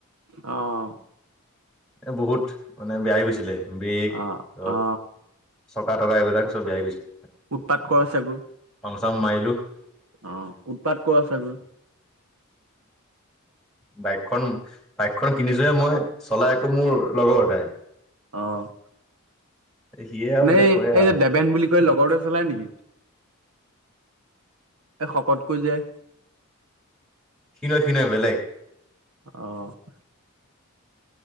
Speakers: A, on the right (about 80°); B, in the centre.
A: অ',
B: এ বহুত, মানে বেয়া হৈ গৈছিলে। ব্ৰেক
A: অ',
B: ধৰক
A: অ,
B: চকা টকা এইবিলাক সব বেয়া হৈ গৈছিলে।
A: উৎপাত কৰে চাগো?
B: <unintelligible>
A: অ', উৎপাত কৰে চাগো?
B: বাইকখন, বাইকখন কিনিছোঁহে মই, চলাই আকৌ মোৰ লগৰ এটা।
A: অ'।
B: সিয়ে আৰু এইবিলাক
A: এই
B: কৰে
A: এই
B: আৰু
A: যে দেবেন বুলি কয় লগৰটোৱে চলায় নেকি? এ শকতকৈ যে?
B: সি নহয়, সি নহয় বেলেগ।
A: অহ ',